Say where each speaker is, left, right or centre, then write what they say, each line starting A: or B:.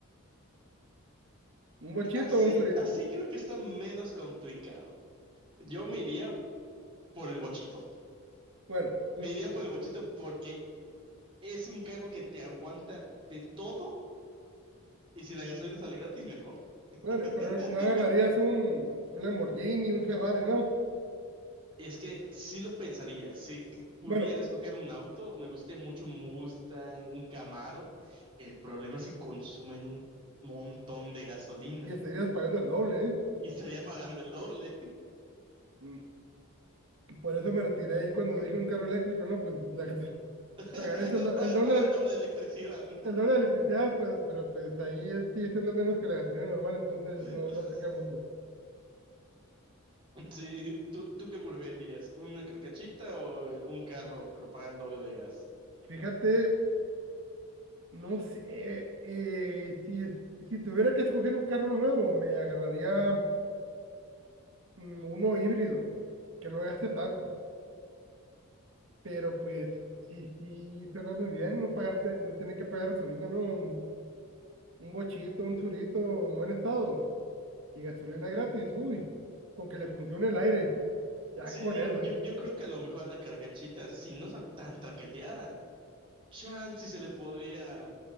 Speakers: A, on the right; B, on the right.
A: Un bochito
B: así,
A: o un surito.
B: así creo que está menos complicado. Yo me iría por el bochito.
A: Bueno,
B: Me iría por el bochito porque es un carro que te aguanta de todo y si la gasolina sale gratis, mejor.
A: Bueno,
B: <laughs>
A: pero no no agarrarías un, un Lamborghini, un Ferrari, ¿no?
B: Es que sí lo pensaría. Si c- pudiera
A: Bueno,
B: escoger un auto, me gustaría mucho un Mustang, un Camaro. El problema es que consumen un montón de gasolina
A: y estarías pagando el doble, ¿eh?
B: y estaría pagando el doble.
A: Mm, Por eso me retiré ahí cuando dije un carro eléctrico, ¿no? Pues la,
B: <laughs>
A: pagaré <laughs> el, do-
B: Pagan
A: el doble,
B: por el doble de electricidad. ¿no?
A: el doble de electricidad, pues, pero pues ahí es- sigue siendo menos que la gasolina normal, entonces
B: <laughs>
A: no, no aplica mucho.
B: Sí, ¿tú, tú qué preferirías? ¿Una carcachita o eh, un carro, pero paga el doble de gas?
A: Fíjate, no sé, eh, si, es- si tuviera que escoger un carro nuevo, me agarraría mm, uno híbrido, que no gaste tanto. pero pues sí, sí, suena muy bien no pagarte, no tener que pagar gasolina, ¿no? Un, un bochito, un surito en buen estado y gasolina gratis, uy, con que le funcione el aire, ya
B: Sí,
A: con
B: digo,
A: eso.
B: yo, yo creo que a lo mejor a la carcachita, si no está tan traqueteada, chance y se le podría